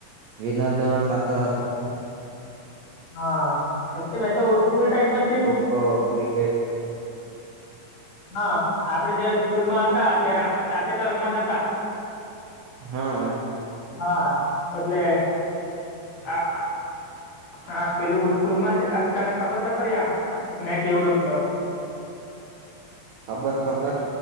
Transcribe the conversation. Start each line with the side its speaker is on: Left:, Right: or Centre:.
Right: વિનરને એવો થાતો હતો.
Left: હા એટલે મેં તો સ્કૂલ ટાઈમ પરથી જ
Right: ખો, ક્રિકેટ
Left: હા આપડે જયારે સ્કૂલમાં હતા ત્યારે આપણે સાથે તો રમમાં જતા.
Right: હહ
Left: હા એટલે આ હા પેલું સ્કૂલમાં જ આ તને ખબર તો ખરી આ મેં કેવું રમતો.
Right: ખબર ખબર